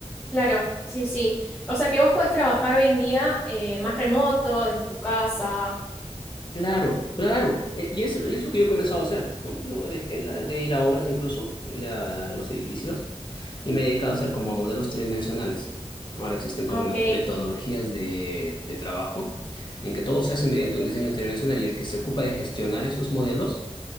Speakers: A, in the centre; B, on the left.
A: Claro, sí, sí. O sea que vos podés trabajar hoy en día eh, más remoto, desde tu casa.
B: Claro, claro. Eh, Y es, y es lo que yo he comenzado a hacer, ¿no? Yo dejé la- de ir a obras incluso, ir a los edificios, y me he dedicado a hacer como modelos tridimensionales. Ahora existen como
A: Ok.
B: me- metodologías de, de trabajo en que todo se hace mediante un diseño tridimensional y el que se ocupa de gestionar esos modelos